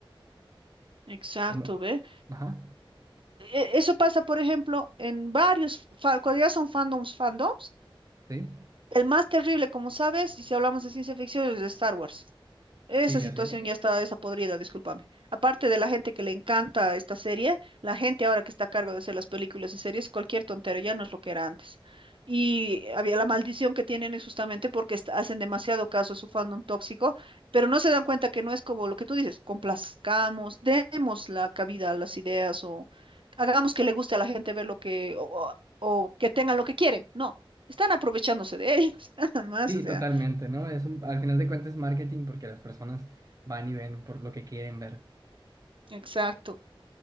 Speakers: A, on the right (about 65°); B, on the right (about 40°).
A: Exacto,
B: O me-
A: ¿ve?
B: Ajá,
A: E- Eso pasa, por ejemplo, en varios, fa- cuando ya son fandoms, fandoms,
B: sí,
A: el más terrible, como sabes, y si hablamos de ciencia ficción, es de Star Wars. Esa
B: sí,
A: situación
B: así es.
A: ya está esa podrida, discúlpame. Aparte de la gente que le encanta esta serie, la gente ahora que está a cargo de hacer las películas y series, cualquier tontero, ya no es lo que era antes. Y había la maldición que tienen es justamente porque est- hacen demasiado caso a su fandom tóxico, pero no se dan cuenta que no es como lo que tú dices, complazcamos, demos la cabida a las ideas o hagamos que le guste a la gente ver lo que, o, o o que tengan lo que quieren. No, están aprovechándose de ellos, <laughs> nada más,
B: Sí,
A: o sea,
B: totalmente, ¿no? Es un, al final de cuentas es marketing porque las personas van y ven por lo que quieren ver.
A: exacto.